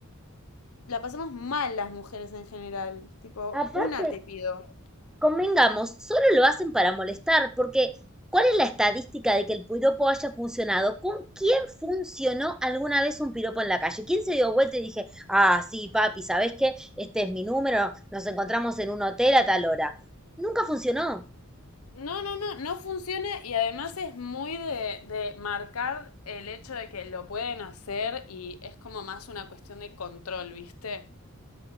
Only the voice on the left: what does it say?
la pasamos mal las mujeres en general, tipo,
una te pido.
No, no, no, no funciona y además es muy de, de marcar el hecho de que lo pueden hacer y es como más una cuestión de control, ¿viste?